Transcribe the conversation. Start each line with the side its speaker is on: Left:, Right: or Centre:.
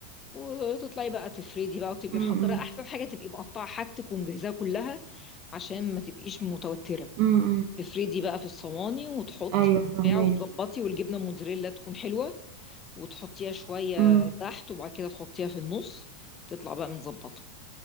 Left: وتطلعي بقى تفردي بقى وتبقي
Right: أمم،
Left: محضره احسن حاجه تبقي مقطعه حاجتك ومجهزاها كلها عشان ما تبقيش متوتره
Right: أمم.
Left: تفردي بقى في الصواني وتحطي
Right: ايوه فهماكي
Left: بتاع وتظبطي والجبنه موتزاريلا تكون حلوه وتحطيها شويه
Right: أمم.
Left: تحت وبعد كده تحطيها في النص تطلع بقى متظبطه